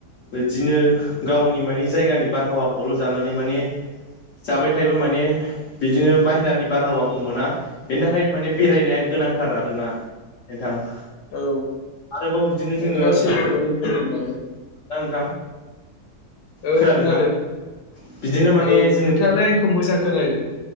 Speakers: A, on the left (about 55°); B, on the left (about 70°).
A: बिदिनो गावनि माने जायगानि बारहावाखौल' जानानै माने जाबाय थायोबा माने बिदिनो बाहहेरानि बारहावाखौ मोना बेनि थाखायनो माने बेरायनाया गोनांथार आरोना <unintelligible>
B: औ
A: आरोबाव बिदिनो
B: नोंथाङा
A: जोङो
B: सैथोखौनो बुंदों
A: ना नोंथां
B: औ
A: खोनादोंना
B: खोनादों
A: बिदिनो माने
B: औ
A: जोङो
B: नोंथाङालाय आंखौ मोजां खोनादों।